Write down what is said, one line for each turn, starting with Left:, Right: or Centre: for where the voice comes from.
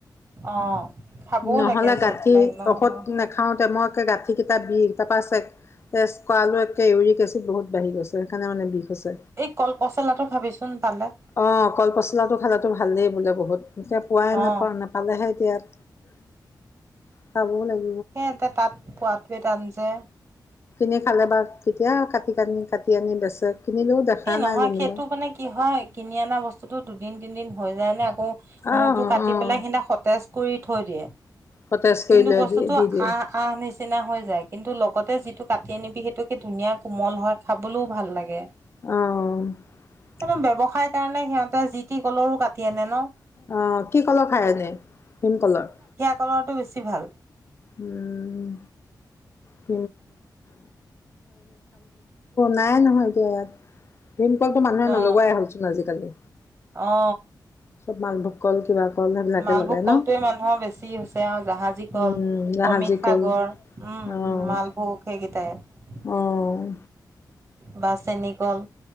Right: অ'। খাবও
Left: নহলে
Right: লাগে
Left: গাঁঠিৰ
Right: চববিলাক ন'
Left: ঔষধ
Right: ন'
Left: নাখাওতে মই টেই গাঁঠি কেইটা বিষ তাৰ পাৰা চে টেষ্ট কৰালো একে ইউৰিক এচিড বহুত বাঢ়ি গৈছে, সেইকাৰনে মানে বিষ। হৈছে
Right: এই কলপচলাটো খাবিচোন পালে।
Left: অঁ কল পচলাটো খালেটো ভালেই বোলে বহুত। একে পোৱাই নাপাওঁ।
Right: অ'।
Left: নাপালেহে ইয়াত। পাব‌ও লাগি
Right: সেই এতিয়া তাত পোৱটোৱে টান যে।
Left: এনে খালে বা, কেতিয়া কাটি কানি, কাটি আনি বেচে কিনিলেও দেখা
Right: এই নহয়।
Left: নাই যেনিবা
Right: সেইটো মানে কি হয়, কিনি অনা বস্তুটো দু দিন তিনিদিন হৈ যায় ন, অ,
Left: অঁ
Right: মূৰটো কাটি
Left: অঁ
Right: পেলাই সেইদিনা সতেজ কৰি থৈ দিয়ে।
Left: সতেজ কৰি
Right: কিন্তু
Left: লৈ
Right: বস্তুটো
Left: দিয়ে দি দিয়ে
Right: আঁহ আঁহ নিচিনা হৈ যায়। কিন্তু লগতে যিটো কাটি আনিবি সেইটো কি ধুনীয়া কোমল হয়। খাবলৈও ভাল লাগে।
Left: আহ।
Right: সেইবোৰ ব্যৱসায় কাৰণে সিহঁতে জি টি কলৰো কাটি আনে ন?
Left: অ, কি কলৰ খাই আনে ভিমকললৰ?
Right: কৰাটো বেছি ভাল।
Left: উম, ত নাই নহয় ইয়াত। ভীমকলটো মানুহে
Right: অ
Left: নলোৱাই হ'লচোন আজিকালি
Right: অ
Left: চব মালভোগ। ক'ল কিবা। কল সেইবিলাকে
Right: মালভোগ
Left: লগাই
Right: কলটোৱে
Left: ন
Right: মানুহৰ বেছি হৈছে আৰু জাহাজী কল।
Left: উম জাহাজী
Right: অমিত সাগৰ,
Left: কল
Right: উম
Left: অ'
Right: মালভোগ সেইকেইটাই।
Left: অ'
Right: বা, চেনিকল।